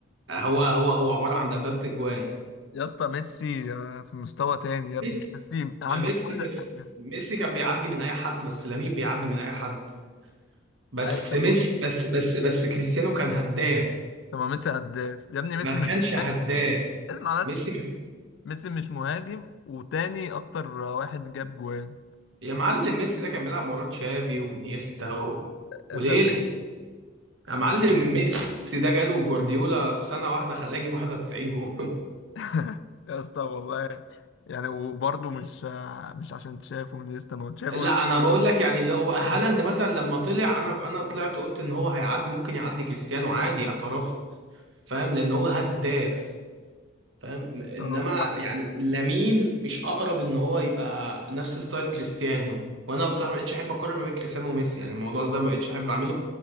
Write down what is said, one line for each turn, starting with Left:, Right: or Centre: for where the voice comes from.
Right: هو هو هو عبارة عن دبابة اجوان
Left: يا اسطى ميسي آه، في مستوى تاني يا ابني
Right: ميسي
Left: ميسي عنده
Right: ما ميسي
Left: كل
Right: بس
Left: حاجه
Right: ميسي كان بيعدي من اي حد بس لامين بيعدي من اي حد بس
Left: اي طب
Right: ميسي بس بس بس كريستيانو كان هداف
Left: ما ميسي هداف يا ابني ميسي
Right: ما
Left: مش
Right: كانش هداف
Left: مهاجم. اسمع بس
Right: ميسي ما كان-
Left: ميسي مش مهاجم وتاني اكتر واحد جاب جوان
Right: يا معلم ميسي ده كان بيلعب وراه تشافي وانيستا و...
Left: يا
Right: وليلة
Left: سلام
Right: يا معلم ميسي ده جاله جوارديولا في سنة واحدة خلاه يجيب 91 جون <laughs>
Left: <laughs> يا اسطى والله يعني وبرضه مش آه، مش عشان تشافه ونيستا ما هو تشافه
Right: لا انا بقول لك يعني لو هالاند مثلا لما طلع انا انا طلعت قلت ان هو هيعدي ممكن يعدي كريستيانو عادي اعتراف فاهم لان هو هداف فاهم انما
Left: اه طبعا.
Right: يعني لامين مش اقرب ان هو يبقى نفس ستايل كريستيانو وانا بصراحه ما بقتش احب اقارن ما بين كريستيانو وميسي يعني الموضوع ده ما بقتش احب اعمله